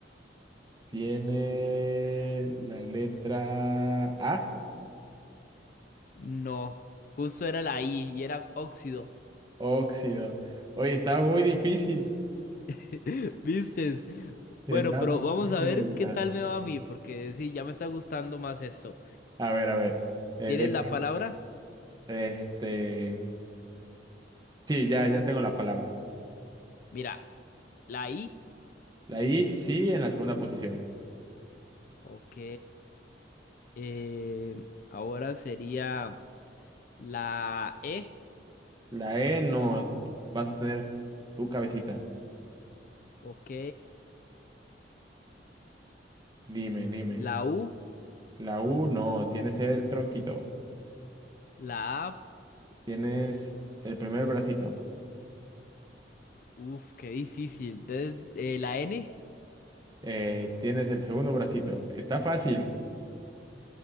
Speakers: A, on the right; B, on the left.
A: Tiene la letra A.
B: No, justo era la I y era óxido.
A: Óxido. Oye, está muy difícil.
B: <laughs> Vistes. Bueno,
A: Está
B: pero
A: muy
B: vamos
A: difícil
B: a ver
A: de adivinar.
B: qué tal me va a mí, porque sí, ya me está gustando más esto.
A: A ver, a ver. Eh,
B: ¿Tienes
A: dejen-
B: la palabra?
A: Este. Sí, ya, ya tengo la palabra.
B: Mira, la I.
A: La I sí en la segunda posición.
B: Ok. eh, ahora sería la E.
A: La E no, vas a tener tu cabecita.
B: Ok.
A: Dime, dime.
B: La U.
A: La U no, tienes el tronquito,
B: La A.
A: tienes el primer bracito,
B: Uf, qué difícil. Entonces, eh, la N.
A: eh, tienes el segundo bracito. Está fácil.